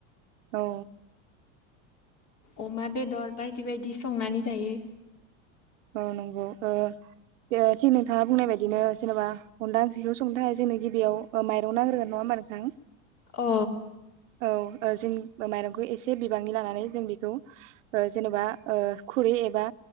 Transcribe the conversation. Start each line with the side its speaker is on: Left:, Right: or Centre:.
Right: औ
Left: अमा बेदर बायदि बायदि संनानै जायो
Right: औ नंगौ ओ ओ थिग नोंथाङा बुंनाय बायदिनो जेनेबा अनला ओंख्रिखौ संनो थाखाय जोंनो गिबियाव ओ माइरं नांग्रोगोन नङा होम बा नोंथां।
Left: अ
Right: औ ओ जों माइरंखौ एसे बिबांनि लानानै जों बेखौ ओ जेन'बा ओ खुरै एबा